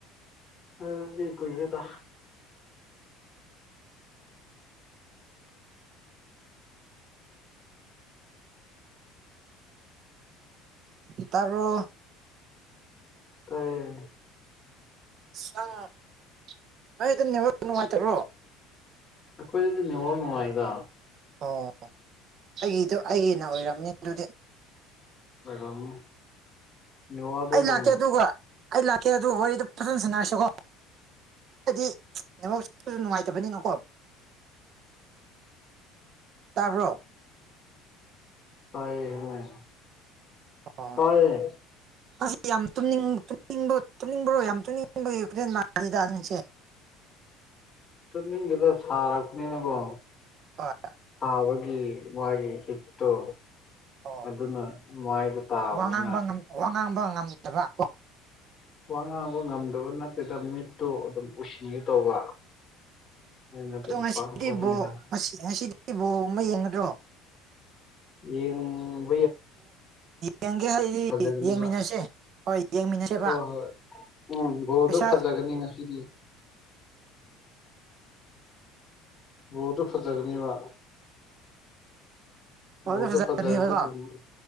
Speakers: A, on the left; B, on the right.
A: ꯑꯗꯨꯗꯤ ꯀꯨꯏꯔꯦꯗ
B: ꯇꯕ꯭ꯔꯣ
A: ꯇꯏꯌꯦ
B: ꯑꯁ ꯅꯪ ꯅꯣꯏꯗꯨ ꯅꯦꯠꯋꯥꯛ ꯅꯨꯡꯉꯥꯏꯇꯕ꯭ꯔꯣ
A: ꯑꯈꯣꯏꯗꯗꯤ ꯅꯦꯠꯋꯥꯛ ꯅꯨꯡꯉꯥꯏꯗ
B: ꯑꯣ ꯑꯩꯒꯤꯗꯣ ꯑꯩꯒꯤꯅ ꯑꯣꯏꯔꯝꯅꯤ ꯑꯗꯨꯗꯤ
A: ꯑꯣꯏꯔꯝꯅꯤ ꯅꯦꯠꯋꯥꯛꯗꯤ
B: ꯑꯩ
A: ꯑꯗꯨꯝ
B: ꯂꯥꯛꯀꯦ ꯑꯗꯨꯒ ꯑꯩ ꯂꯥꯛꯀꯦ ꯑꯗꯨ ꯋꯥꯔꯤꯗꯨ ꯐꯖꯅ ꯁꯥꯟꯅꯔꯁꯤꯀꯣ ꯍꯥꯏꯗꯤ ꯅꯦꯠꯋꯥꯛꯁꯤꯁꯨ ꯅꯨꯡꯉꯥꯏꯇꯕꯅꯤꯅꯀꯣ ꯇꯕ꯭ꯔꯣ
A: ꯇꯥꯏꯌꯦ ꯍꯥꯏꯕꯅꯤ
B: ꯑꯣ
A: ꯇꯥꯏꯌꯦ
B: ꯅꯪꯁꯦ ꯌꯥꯝ ꯇꯨꯝꯅꯤꯡ ꯇꯨꯃꯅꯤꯡꯕ꯭ꯔꯣ ꯌꯥꯝ ꯇꯨꯝꯅꯤꯡꯕꯒꯤ ꯈꯣꯂꯖꯦꯜ ꯃꯥꯟꯂꯤꯗ ꯅꯪꯁꯦ
A: ꯇꯨꯝꯅꯤꯡꯗꯦꯗ ꯁꯥꯔꯛꯄꯅꯤꯅꯀꯣ
B: ꯍꯣꯏ
A: ꯁꯥꯕ ꯃꯥꯒꯤ ꯍꯤꯠꯇꯣ
B: ꯑꯣ
A: ꯑꯗꯨꯅ ꯃꯥꯏꯗꯣ ꯇꯥꯕꯅꯤꯅ
B: ꯋꯥ ꯉꯥꯡꯕ ꯉꯝ ꯋꯥ ꯉꯥꯡꯕ ꯉꯝꯗꯕ
A: ꯋꯥ ꯉꯥꯡꯕ ꯉꯝꯗꯕ ꯅꯠꯇꯦꯗ ꯃꯤꯠꯇꯨ ꯑꯗꯨꯝ ꯎꯁꯤꯟꯒꯦ ꯇꯧꯕ ꯑꯩꯅ ꯑꯗꯨꯝ
B: ꯑꯗꯣ ꯉꯁꯤꯗꯤ
A: ꯄꯥꯡꯊꯣꯛꯄꯅꯤꯅ
B: ꯕꯣꯜ ꯉꯁꯤꯗꯤ ꯕꯣꯜ ꯌꯦꯡꯒꯗ꯭ꯔꯣ
A: ꯌꯦꯡ
B: ꯌꯦꯡꯒꯦ ꯍꯥꯏꯗꯤ
A: ꯐꯖꯒꯅꯤꯕ
B: ꯌꯦꯡꯃꯤꯟꯅꯁꯦ ꯍꯣꯏ ꯌꯦꯡꯃꯤꯟꯅꯁꯦꯕ
A: ꯍꯣꯏ ꯍꯣꯏ ꯎꯝ ꯕꯣꯜꯗꯣ
B: ꯄꯩꯁꯥ
A: ꯐꯖꯒꯅꯤ ꯉꯁꯤꯗꯤ ꯨꯕꯣꯜꯗꯣ ꯐꯖꯒꯅꯤꯕ
B: ꯐꯖ
A: ꯕꯣꯜꯗꯣ
B: ꯐꯖꯕꯅꯦꯕꯀꯣ
A: ꯐꯖꯔꯗꯤ ꯑꯗꯨꯝ